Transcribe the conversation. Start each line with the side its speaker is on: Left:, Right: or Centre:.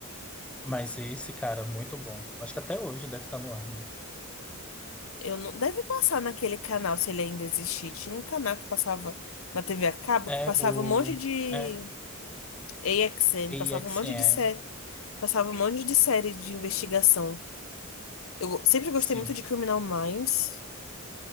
Centre: Mas esse, cara, muito bom. Acho que até hoje deve estar no ar, né?
Left: Eu não, deve passar naquele canal, se ele ainda existir. Tinha um canal que passava na TV a cabo,
Centre: É
Left: que passava
Centre: o.
Left: um monte de
Centre: É,
Left: A X N
Centre: AXN,
Left: passava um monte de série, passava um monte de série de investigação. Eu go- sempre gostei
Centre: sim.
Left: muito de Criminal Minds.